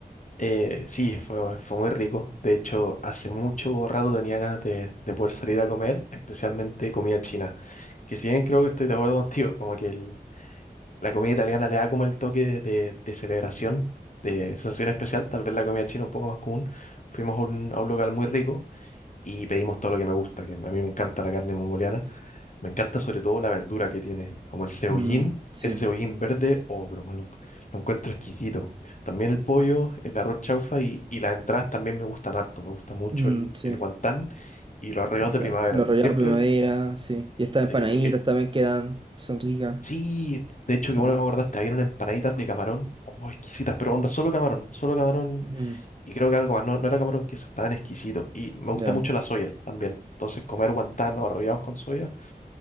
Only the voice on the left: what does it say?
Eh, sí, fue, fue muy rico. De hecho, hace mucho rato tenía ganas de, de poder salir a comer, especialmente comida china. Que si bien creo que estoy de acuerdo contigo, como que el- la comida italiana le da como el toque de, de- de celebración, de sensación especial, tal vez la comida china un poco más común. Fuimos a un, a un local muy rico y pedimos todo lo que me gusta, que a mí me encanta la carne mongoliana. Me encanta sobre todo la verdura que tiene, como el cebollín,
ese cebollín verde, oh, pero bueno, lo encuentro exquisito. También el pollo, el arroz chaufa y, y las entradas también me gustan harto. Me gusta mucho
el,
el guantán y los arreglos
de primavera.
Siempre
el,
sí,
el que...
Sí, de hecho, que
bueno me acordaste, habían unas empanaditas de camarón, oh, exquisitas, pero onda, solo camarón, solo camarón
Y creo que algo más, no, no era camarón queso, estaban exquisito Y me gusta
mucho la soya también. Entonces, comer guantán arrollados con soya,